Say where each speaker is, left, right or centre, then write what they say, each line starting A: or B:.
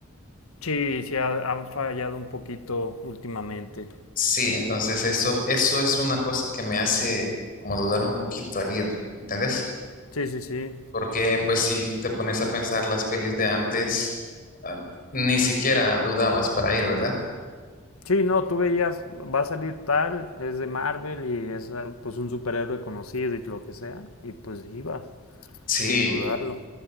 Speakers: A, on the left; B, on the left.
A: Sí, sí, ha, ha fallado un poquito últimamente.
B: Sí, entonces eso, eso es una cosa que me hace como dudar un poquito al ir, ¿entendés?
A: Sí, sí, sí.
B: Porque pues si te pones a pensar las pelis de antes, ah, ni siquiera dudabas para ir, ¿verdad?
A: Sí, no, tú veías, va a salir tal, es de Marvel y es ah, pues un superhéroe conocido y lo que sea, y pues ibas,
B: Sí,
A: sin dudarlo.